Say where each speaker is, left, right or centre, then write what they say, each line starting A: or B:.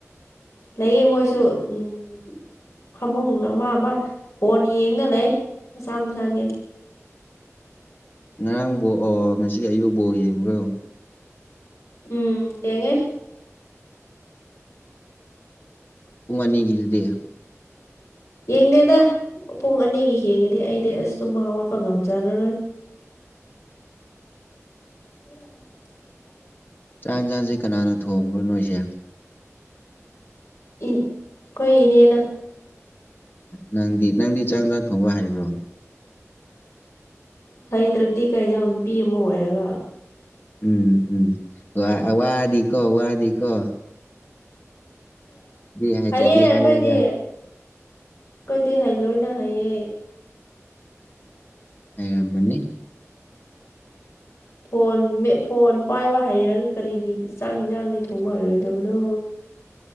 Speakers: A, on the left; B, on the left.
A: ꯂꯩꯌꯦ ꯃꯣꯏꯁꯨ ꯎꯝ ꯐꯃꯨꯡ ꯑꯃ ꯑꯃ ꯐꯣꯟ ꯌꯦꯡꯉ ꯂꯩ ꯃꯁꯥ ꯃꯁꯥꯒꯤ
B: ꯉꯔꯥꯡꯕ ꯕꯣ ꯉꯁꯤ ꯑꯌꯨꯛ ꯕꯣꯜ ꯌꯦꯡꯕꯔꯣ
A: ꯎꯝ ꯌꯦꯉꯦ
B: ꯄꯨꯡ ꯑꯅꯤꯒꯤꯗꯨꯗꯤ
A: ꯌꯦꯡꯗꯦꯗ ꯄꯨꯡ ꯑꯅꯤꯒꯤ ꯌꯦꯡꯉꯗꯤ ꯑꯩꯗꯤ ꯑꯁ ꯇꯨꯝꯕ ꯍꯧꯒꯠꯄ ꯉꯝꯖꯔꯔꯣꯏ <inaudible>
B: ꯆꯥꯛ ꯌꯦꯟꯖꯥꯡꯁꯦ ꯀꯅꯥꯅ ꯊꯣꯡꯕ꯭ꯔꯣ ꯅꯣꯏꯁꯦ
A: ꯏꯟ ꯑꯩꯈꯣꯏ ꯏꯅꯦꯅ
B: ꯅꯪꯗꯤ ꯅꯪꯗꯤ ꯆꯥꯛ ꯏꯟꯆꯥꯡ ꯊꯣꯡꯕ ꯍꯩꯕ꯭ꯔꯣ
A: ꯍꯩꯇ꯭ꯔꯗꯤ ꯀꯩꯅꯣ ꯅꯨꯄꯤ ꯑꯃ ꯑꯣꯏꯔꯒ
B: ꯎꯝ ꯎꯝ ꯋꯥ ꯋꯥꯅꯤ ꯀꯣ ꯋꯥꯅꯤ ꯀꯣ ꯍꯩꯇ꯭ꯔꯗꯤ
A: ꯍꯩꯌꯦ
B: ꯍꯥꯏꯔꯒ
A: ꯑꯩꯈꯣꯏꯗꯤ ꯑꯩꯈꯣꯏꯗꯤ ꯍꯩ ꯂꯣꯏꯅ ꯍꯩꯌꯦ
B: ꯍꯩꯔꯝꯃꯅꯤ
A: ꯐꯣꯟ ꯃꯦꯠ ꯐꯣꯟ ꯄꯥꯏꯕ ꯍꯩꯔꯒ ꯀꯔꯤꯒꯤ ꯆꯥꯛ ꯏꯟꯁꯥꯡꯗꯤ ꯊꯣꯡꯕ ꯍꯩꯔꯣꯏꯗꯕꯅꯣ